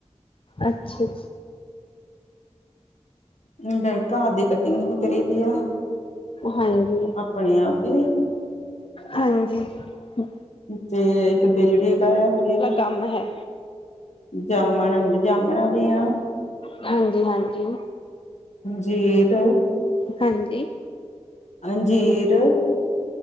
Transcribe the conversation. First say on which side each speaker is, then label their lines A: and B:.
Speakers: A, on the left; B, on the left.
A: ਅੱਛਾ ਜੀ
B: ਹਮ ਘਾਹ ਦੀ ਕਟਿੰਗ ਵੀ ਕਰੀ ਦੀ ਆ
A: ਹਾਂਜੀ।
B: ਆਪਣੇ ਆਪੇ
A: ਹਾਂਜੀ ਹਮ
B: ਫੇਰ ਤੇ ਬਿੱਲ ਵੀ ਉਗਾਇਆ ਹੋਏ ਆ
A: ਕੰਮ ਹੈ।
B: ਜਾਮਣ ਜਾਮਣਾ ਦਿਆ
A: ਹਾਂਜੀ ਹਾਂਜੀ
B: ਜੀਰ
A: ਹਾਂਜੀ
B: ਹੰਜੀਰ